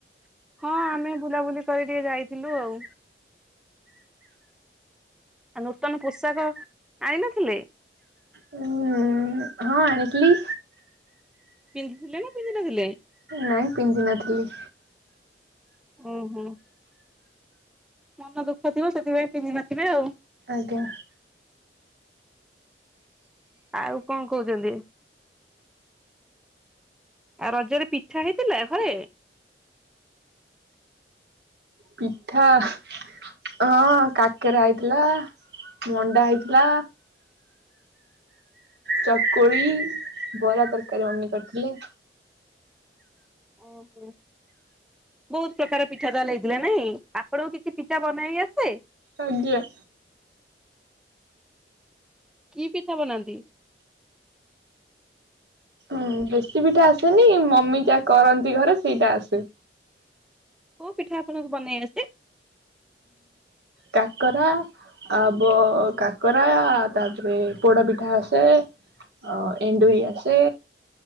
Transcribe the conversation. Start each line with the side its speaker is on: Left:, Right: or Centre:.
Centre: ହଁ ଆମେ ବୁଲାବୁଲି କରି ଟିକେ ଯାଇଥିଲୁ ଆଉ। ଆଉ ନୂତନ ପୋଷାକ ଆଣି ନଥିଲେ?
Right: ଉଁ ହଁ ଆଣିଥିଲି।
Centre: ପିନ୍ଧିଥିଲେ ନା ପିନ୍ଧିନ ଥିଲେ?
Right: ନାଇଁ ପିନ୍ଧି ନଥିଲି।
Centre: ଓ ହୋ। ମନ ଦୁଃଖ ଥିବ ସେଥିପାଇଁ ପିନ୍ଧି ନଥିବେ ଆଉ।
Right: ଆଜ୍ଞା।
Centre: ଆଉ କଣ କହୁଛନ୍ତି? ଆଉ ରଜରେ ପିଠା ହେଇଥିଲା ଘରେ?
Right: ପିଠା। ହଁ କାକେରା ହେଇଥିଲା ମଣ୍ଡା ହେଇଥିଲା। ଚକୁଳି ବରା ତରକାରୀ ଅମି କରିଥିଲେ।
Centre: ଓହୋ। ବହୁତ ପ୍ରକାର ପିଠା ତାହେଲେ ହେଇଥିଲା ନାହିଁ ଆପଣଙ୍କୁ କିଛି ପିଠା ବନେଇ ଆସେ?
Right: ଆଜ୍ଞା।
Centre: କି ପିଠା ବନାନ୍ତି?
Right: ହଁ ବେଶୀ ପିଠା ଆସେନି ମମି ଯାହା କରନ୍ତି ଘରେ ସେଇଟା ଆସେ।
Centre: କୋଉ ପିଠା ଆପଣଙ୍କୁ ବନେଇ ଆସେ?
Right: କାକରା ଆ ବ କାକରା ତାପରେ ପୋଡ ପିଠା ଆସେ। ଅ ଏଣ୍ଡୁରି ଆସେ।